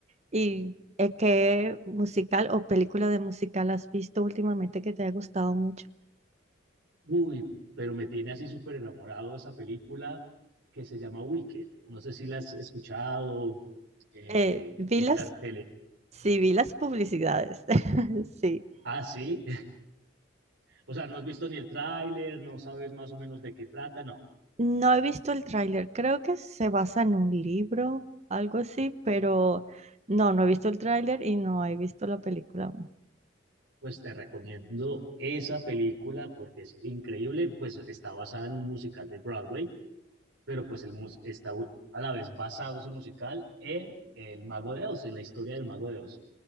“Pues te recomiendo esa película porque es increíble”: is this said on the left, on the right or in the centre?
Right